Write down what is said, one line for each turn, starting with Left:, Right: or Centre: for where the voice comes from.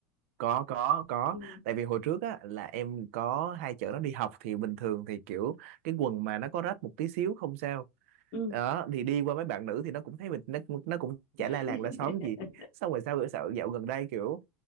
Right: có có có
Left: ừ
Right: tại vì hồi trước á là em có hai chợ nó đi học thì bình thường thì kiểu cái quần mà nó có rách một tí xíu không sao
Left: ừ
Right: đó thì đi qua mấy bạn nữ thì nó cũng thấy mình nó, nó cũng
Left: <laughs>
Right: chả la làng la xóm gì xong rồi sao bữa sợ dạo gần đây kiểu